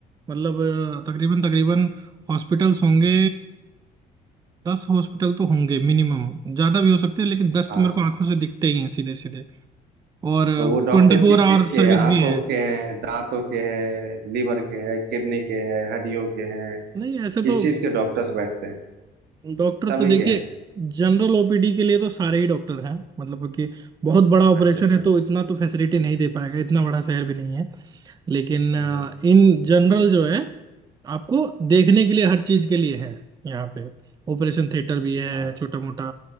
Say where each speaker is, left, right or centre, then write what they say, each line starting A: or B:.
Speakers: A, on the right; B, on the right.
A: मतलब अ, तकरीबन तकरीबन हॉस्पिटल्स होंगे दस हॉस्पिटल तो होंगे मिनिमम ज्यादा भी हो सकते हैं लेकिन दस
B: हाँ
A: तो मेरे को आंखों से दिखते ही हैं सीधे सीधे और
B: तो वो डॉक्टर
A: ट्वेंटी फोर
B: किस चीज
A: आवर
B: के
A: सर्विस
B: हैं आंखों
A: भी है
B: के हैं दांतों के हैं लीवर के हैं किडनी के हैं हड्डियों के हैं
A: नहीं ऐसे
B: किस
A: तो
B: चीज के डॉक्टर्स बैठते हैं
A: डॉक्टर
B: सभी
A: तो देखिए
B: के हैं
A: जनरल ओपीडी के लिए तो सारे ही डॉक्टर हैं मतलब कि बहुत बड़ा ऑपरेशन
B: अच्छा अच्छा
A: है तो इतना तो फैसिलिटी नहीं दे पाएगा इतना बड़ा शहर भी नहीं है लेकिन
B: हम्म
A: अ,
B: हम्म,
A: इन जनरल जो है आपको देखने के लिए हर चीज के लिए है यहाँ पे ऑपरेशन थिएटर भी है
B: हाँ
A: छोटा मोटा